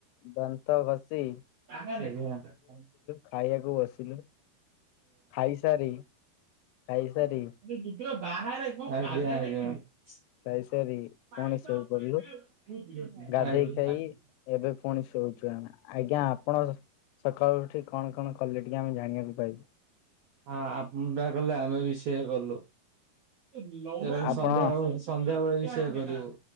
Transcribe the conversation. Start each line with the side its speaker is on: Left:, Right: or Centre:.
Left: ଦାନ୍ତ ଘଷ
Right: କରେ
Left: ଖାଇବାକୁ ବସିଲୁ ଖାଇସାରି ଖାଇସାରି
Right: ଆଜ୍ଞା
Left: ଖାଇସାରି
Right: ପାଣି
Left: ପୁଣି ଶୋଇପଡିଲୁ। ଗାଧେଇ ଖାଇ ଏବେ ପୁଣି ଶୋଉଚୁ ଏନା ଆଜ୍ଞା ଆପଣ ସକାଳୁ ଉଠି କଣ କଣ କଲେ ଟିକେ ଆମେ ଜାଣିବାକୁ ପାଇବୁ
Right: ହଁ ଆପଣ ଟା କଲେ ଆମେ ବି ସେଆ କଲୁ ଏବଂ
Left: ଆପଣ
Right: ସନ୍ଧ୍ୟା ହୋଉ ସନ୍ଧ୍ୟାବେଳେ ବି ସେଆ କରିବୁ